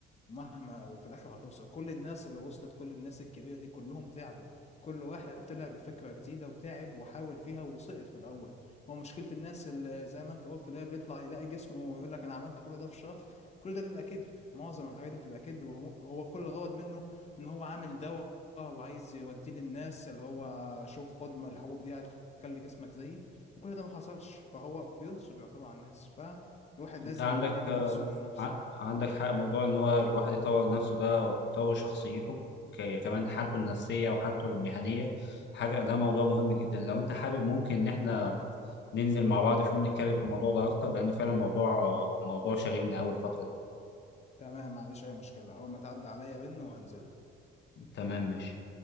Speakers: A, on the left; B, on the left.
A: مهما وفي الاخر هتوصل كل الناس اللي وصلت كل الناس الكبيره دي كلهم تعبوا كل واحد طلع بفكره جديده وتعب وحاول فيها وسقط في الاول هو مشكله الناس اللي زي ما انت قلت اللي هي بيطلع يلاقي جسمه ويقول لك انا عملت كل ده في شهر كل ده بيبقى كذب معظم الحاجات دي بتبقى كذب هو كل الغرض منه ان هو عامل دواء وعايز يوديه للناس اللي هو شوف خد ما الحبوب دي هتخلي جسمك زيي وكل ده ما حصلش فهو بينصب يعتبر على الناس فالواحد لازم
B: انت عندك
A: يطور
B: آه،
A: نفسه من نفسه
B: ع- عندك حق موضوع ان هو الواحد يطور نفسه ده ويطور شخصيته ك- كمان حالته النفسية وحالته المهنية حاجة ده موضوع مهم جدا لو انت حابب ممكن ان احنا ننزل مع بعض في يوم نتكلم في الموضوع ده اكتر لانه فعلا موضوع آه، موضوع شاغلني اول فترة
A: تمام ما عنديش اي مشكله اول ما تعدي عليا بن وهنزله
B: تمام ماشي